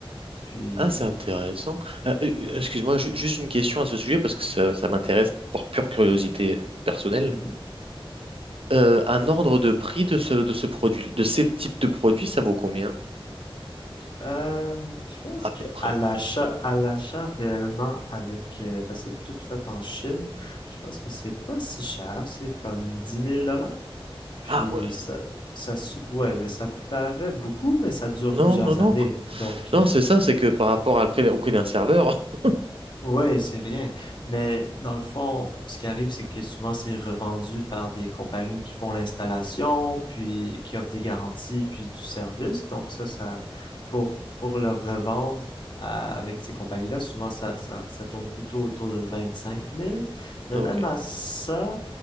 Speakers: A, on the left; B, on the right.
A: Puis,
B: Ah, c'est intéressant. Euh, euh, excuse-moi, ju- juste une question à ce sujet parce que ça, ça m'intéresse par pure curiosité euh, personnelle.
A: mhm.
B: Euh, un ordre de prix de ce, de ce produit, de ces types de produits, ça vaut combien
A: Euh, je pense
B: à
A: que
B: peu près?
A: à l'achat, à l'achat réellement avec, euh, parce que c'est tout fait en Chine, je pense que c'est pas si cher, c'est comme dix mille dollars. Puis
B: Ah ouais.
A: ça, ça, su- ouais, mais ça paraît beaucoup, mais ça dure
B: Non,
A: plusieurs
B: non, non.
A: années. Donc,
B: Non,
A: euh,
B: c'est ça, c'est que par rapport à le prix- au prix d'un serveur. <laughs>
A: Ouais, c'est rien. Mais dans le fond, ce qui arrive, c'est que souvent c'est revendu par des compagnies qui font l'installation, puis qui offrent des garanties, puis du service. Donc ça, ça pour pour le revendre à- avec ces compagnies-là, souvent ça, ça ça tourne plutôt autour de vingt-cinq mille. Mais
B: Ok.
A: même à ça,